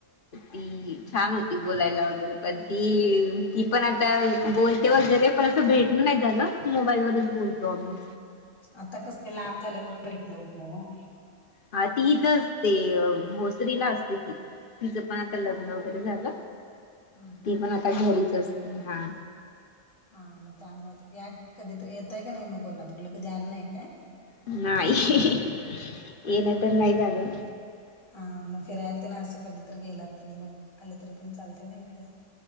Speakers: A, on the left; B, on the left.
A: ती छान होती बोलायला वगैरे पण ती ती पण आता बोलती वगैरे पण असं भेटण नाही झालं मोबाईल वरच बोलतो आम्ही
B: आता कस लांब झाल्यामुळे भेटण होत नाही ना
A: हा ती इथं असते भोसरीला असते ती तिचं पण आता लग्न
B: ना. हा
A: वगैरे झालं
B: हम्म.
A: ती पण आता घरीच असते हा
B: हा मग त्यामुळ या कधी येतय का नाही मग कोल्हापूरला कधी आला नाही काय
A: नाही येण तर नाही झालं.
B: हा मग फिरायला तेन असं कधीतरी गेलात तरी मग आलं तरी पण चालत ना इकडं